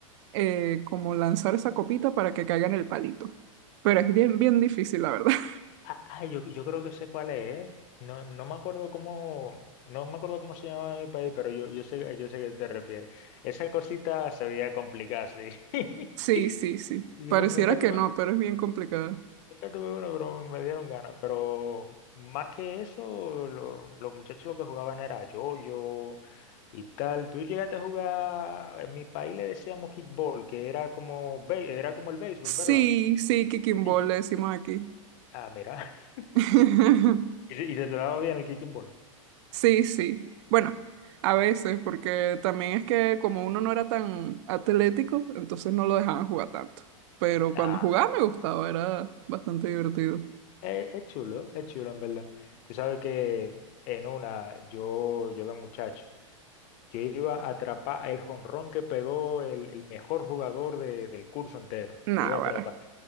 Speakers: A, on the right; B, on the left.
A: eh, como lanzar esa copita para que caiga en el palito. Pero es bien, bien difícil, la verdad. <laughs>
B: Ah, ah, yo, yo creo que sé cuál es, ¿eh? No, no me acuerdo cómo, no me acuerdo cómo se llama el país, pero yo, yo sé, yo sé a qué te refieres. Esa cosita se veía complicada, sí. <laughs>
A: Sí, sí, sí.
B: Yo
A: Pareciera
B: nu- nunca
A: que
B: tuve.
A: no, pero es bien complicado.
B: Nunca tuve uno, pero me dieron ganas. Pero más que eso, lo- los muchachos lo que jugaban era yo-yo y tal. Tú llegaste a jugar, en mi país le decíamos kickball, que era como, bé- era como el béisbol,
A: Sí,
B: ¿verdad?
A: sí, kicking ball
B: Sí.
A: le decimos aquí.
B: Ah, mira. <laughs>
A: <laughs>
B: Y, se- y se te daba bien el kicking ball. Mm,
A: Sí, sí. Bueno, a veces, porque también es que como uno no era tan atlético, entonces no lo dejaban jugar tanto. Pero
B: Ah,
A: cuando jugaba me gustaba, era bastante divertido.
B: es, es chulo, es chulo en verdad. Tú sabes que en una, yo, yo de muchacho, yo iba a atrapar el jonrón que pegó el, el mejor jugador de- del curso entero.
A: Náguara.
B: Le iba a atrapar.